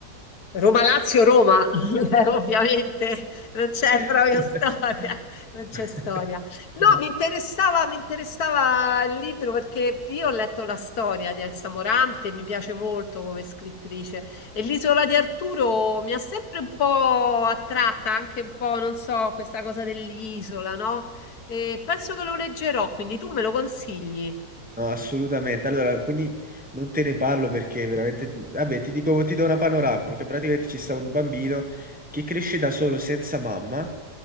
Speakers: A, on the left (about 60°); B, in the centre.
A: Roma-Lazio-Roma, <laughs> ovviamente non c'è
B: <laughs>
A: proprio storia, non c'è storia. No, mi interessava, mi interessava il libro perché io ho letto la storia di Elsa Morante, mi piace molto come scrittrice e l'Isola di Arturo mi ha sempre un po' attratta, anche un po', non so, questa cosa dell'isola, no? E penso che lo leggerò, quindi tu me lo consigli?
B: No, assolutamente. Allora, quindi non te ne parlo perché veramente, vabbè, ti dico, ti do una panoramica. Praticamente ci sta un bambino che cresce da solo senza mamma